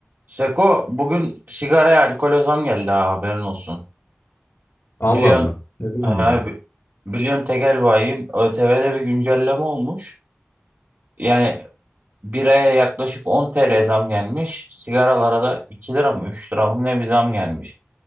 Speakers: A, on the right; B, on the left.
A: Seko bugün sigaraya alkole zam geldi ha haberin olsun.
B: Allah
A: Biliyorsun
B: Allah. Ne zaman
A: ha,
B: geldin?
A: bi- biliyorsun tekel bayim ÖTV'de bir güncelleme olmuş. Yani biraya yaklaşık 10 TL zam gelmiş. Sigaralara da 2 lira mı 3 lira mı ne bir zam gelmiş.